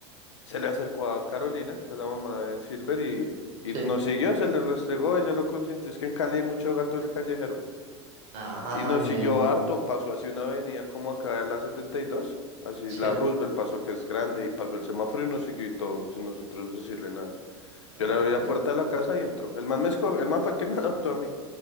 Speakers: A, on the left (about 90°); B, on the right (about 60°).
A: se le acercó a Carolina, que es la mamá de Silver, y, y
B: Sí.
A: nos siguió, se le restregó, ella lo consintió. Es que en Cali hay mucho gato del callejero.
B: Ah,
A: Y nos
B: bien,
A: siguió
B: bien.
A: harto, pasó hacia una avenida como acá en la setenta y dos así
B: Sí.
A: la Roosevelt pasó, que es grande, y pasó el semáforo y nos siguió y todo, sin nosotros decirle nada.
B: Ah,
A: Yo le abrí la
B: ya.
A: puerta de la casa y entró. El man me escogió, el man fue el que me adoptó a mí.